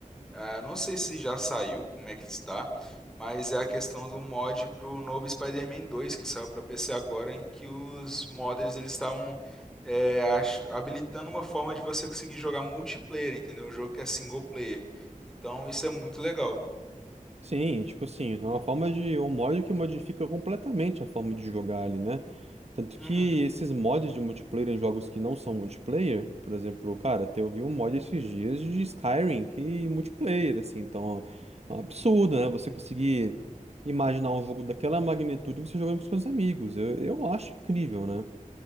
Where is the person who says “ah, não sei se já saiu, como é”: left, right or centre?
Centre